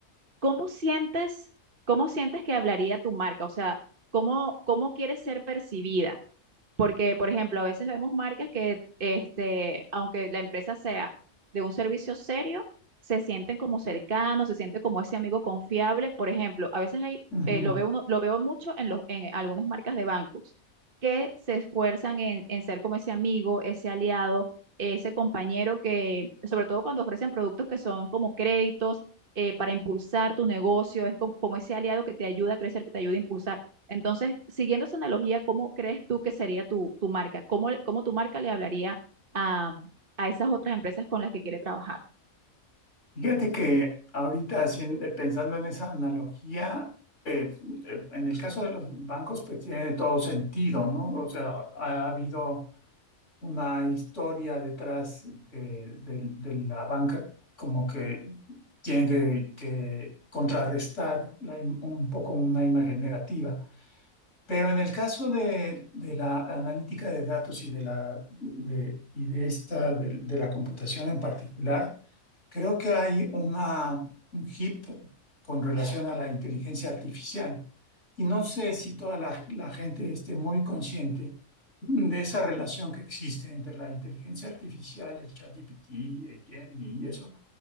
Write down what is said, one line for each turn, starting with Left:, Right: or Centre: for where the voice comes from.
Right: ¿Cómo sientes, cómo sientes que hablaría tu marca? O sea, ¿cómo, cómo quieres ser percibida? Porque, por ejemplo, a veces vemos marcas que, este, aunque la empresa sea de un servicio serio, se sienten como cercanos, se sienten como ese amigo confiable. Por ejemplo, a veces hay,
Left: Ujú.
Right: eh, lo veo uno- lo veo mucho en los, en algunas marcas de bancos que se esfuerzan en, en ser como ese amigo, ese aliado, ese compañero que, sobre todo cuando ofrecen productos que son como créditos eh, para impulsar tu negocio, es como como ese aliado que te ayuda a crecer, que te ayuda a impulsar. Entonces, siguiendo esa analogía, ¿cómo crees tú que sería tu, tu marca? ¿Cómo, le- cómo tu marca le hablaría a, a esas otras empresas con las que quiere trabajar?
Left: Fíjate que ahorita haciendo- eh, pensando en esa analogía, eh, eh, en el caso de los bancos, pues tiene todo sentido, ¿no? O sea, ha habido una historia detrás de, de- de la banca como que tiene que, que contrarrestar la im- un poco una imagen negativa. Pero en el caso de, de la analítica de datos y de la, de, y de esta, de, de la computación en particular, creo que hay una, un hip con relación a la inteligencia artificial. Y no sé si toda la, la gente esté muy consciente de esa relación que existe entre la inteligencia artificial, el ChatGPT, el Gemini y eso,